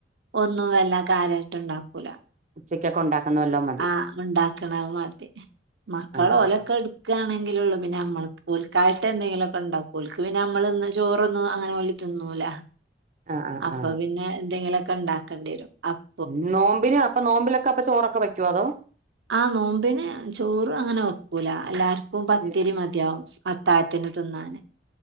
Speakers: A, on the right (about 75°); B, on the right (about 45°).
A: ഒന്നും വല്ലാ കാര്യായിട്ട്ണ്ടാക്കൂല
B: ഉച്ചക്കൊക്കെ ഉണ്ടാക്കുന്ന വല്ലോം മതി
A: ആഹ് ഉണ്ടാക്കണമതി മക്കളോലൊക്കെ
B: ആഹ്
A: എടു ക്കാണെങ്കിലൊള്ളു പിന്നെ നമ്മൾക്ക് ഓൽക്കായിട്ട് എന്തേലൊക്കെ ഉണ്ടാക്കും ഓൽക്ക്‌ പിന്നെ നമ്മളെ ചോറൊന്നും അങ്ങനെ ഓൽ തിന്നൂല
B: ആഹ് ആഹ്
A: അപ്പൊ
B: ആഹ്
A: പിന്നെ എന്തെങ്കിലൊക്കെണ്ടാക്കണ്ടേരും അപ്
B: ഉം നോമ്പിനപ്പൊ നോമ്പിലൊക്കപ്പൊ ചോറൊക്കെ വെക്കോ അതോ
A: ആഹ് നോമ്പിന് ചോറങ്ങനെ വെക്കൂല എല്ലാർക്കും പത്തിരി
B: ഇല്ല
A: മതിയാവും അത്തായതിനു തിന്നാന്